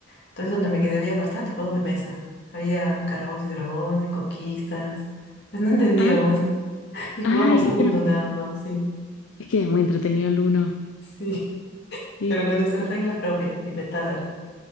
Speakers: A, on the left (about 55°); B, on the left (about 75°).
A: Entonces, donde me quedé había bastantes juegos de mesa. Había Calabozos y Dragones, conquistas. <laughs> Pues no entendíamos.
B: Ah,
A: <laughs> Y jugamos
B: ay,
A: uno
B: pero
A: nada más, sí.
B: es que es muy entretenido el uno.
A: Sí.
B: Sí.
A: Pero con nuestras reglas propias, inventadas.